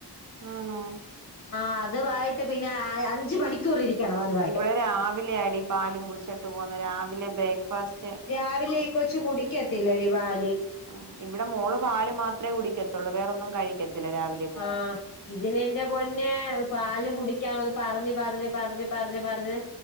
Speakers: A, on the right; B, on the left.
A: ആണോ?
B: ആഹ് അതുവായിട്ട് പിന്നെ അഞ്ച് മണിക്കൂർ ഇരിക്കണം അതുവായിട്ട്
A: ഇവിടെ രാവിലെ ആടി പാലും കുടിച്ചിട്ട് പോകുന്നു രാവിലെ ബ്രേക്ക് ഫാസ്റ്റ്
B: രാവിലെ ഈ കൊച്ച് കുടിക്കത്തില്ലെടി പാല്.
A: അഹ് ഇവിടെ മോള്പാല് മാത്രേ കുടിക്കത്തൊള്ളൂ വേറൊന്നും കഴിക്കത്തില്ലരാവിലെ
B: ആഹ് ഇതിനെന്റെ പൊന്നെപാല് കുടിക്കാന്ന് പറഞ്ഞ്, പറഞ്ഞ്, പറഞ്ഞ്, പറഞ്ഞ്, പറഞ്ഞ്